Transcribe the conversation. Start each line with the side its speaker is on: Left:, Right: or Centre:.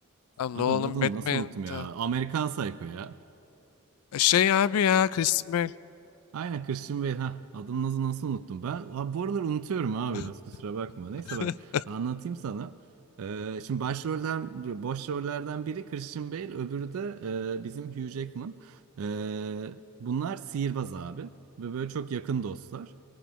Left: Lan
Right: Adamın
Left: Nolan'ın
Right: adını
Left: Batman'di.
Right: nasıl unuttum ya? Amerikan Psycho ya.
Left: E, Şey abi ya Christian Bale.
Right: Aynen Christian Bale ha adını nasıl nasıl unuttum ben ha, bu aralar unutuyorum ha
Left: <laughs>
Right: biraz kusura bakma neyse bak
Left: Evet.
Right: anlatayım sana Ee, şimdi başrolden boş rollerden biri Christian Bale öbürü de e, bizim Hugh Jackman Ee, bunlar sihirbaz abi ve böyle çok yakın dostlar